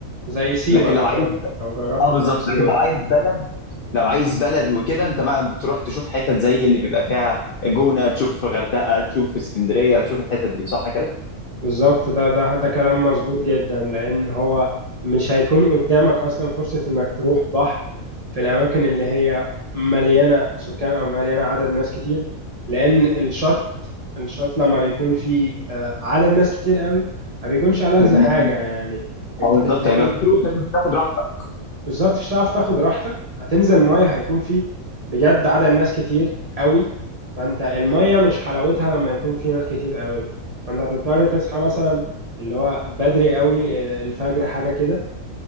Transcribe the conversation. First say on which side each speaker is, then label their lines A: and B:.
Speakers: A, on the right; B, on the left.
A: زي سيوة
B: لكن
A: بالظبط
B: لو عايز
A: لو جربت
B: اه بالظبط
A: تروح سيوة
B: لكن لو عايز بلد لو عايز بلد وكده انت بقى بتروح تشوف حتت زي اللي بيبقى فيها جونة تشوف غردقة تشوف اسكندرية تشوف الحتت دي صح كده؟
A: بالظبط ده ده ده كلام مظبوط جدا لأن هو مش هيكون قدامك أصلا فرصة إنك تروح بحر في الأماكن اللي هي مليانة سكان أو مليانة عدد ناس كتير لأن الشط الشط لما بيكون فيه آه، عدد ناس كتير قوي ما بيكونش ألذ
B: يبقى
A: حاجة
B: مطروح
A: يعني أنت
B: او بالظبط
A: بتلاقيك
B: هيبقى متروس انت مش هتاخد راحتك
A: بالظبط مش هتعرف تاخد راحتك هتنزل ميه هيكون في بجد عدد ناس كتير قوي فانت الميه مش حلاوتها لما يكون في ناس كتير قوي فانت هتضطر تصحى مثلا اللي هو بدري قوي آه، الفجر حاجه كده